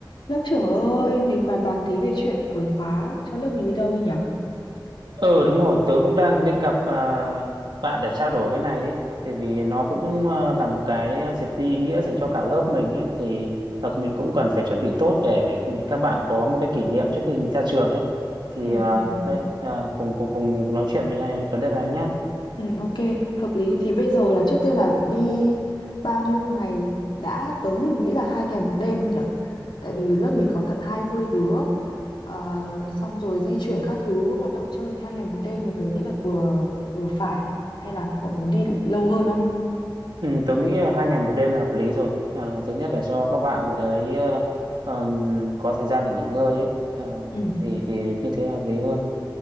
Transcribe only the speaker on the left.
Lớp trưởng ơi, mình bàn bạc tí về chuyện cuối khóa cho lớp mình đi đâu đi nhở?
Ừ,
ừ,
ừ, ok, hợp lý. Thì bây giờ là trước tiên là đi bao nhiêu ngày đã tớ nghĩ nghĩ là hai ngày một đêm thôi nhở? Tại vì lớp mình có tận hai mươi đứa, Ờ, xong rồi di chuyển các thứ hoạt động chơi thì hai ngày một đêm mình tớ nghĩ là vừa vừa phải. Hay là cậu muốn đi lâu hơn không?
Ừ.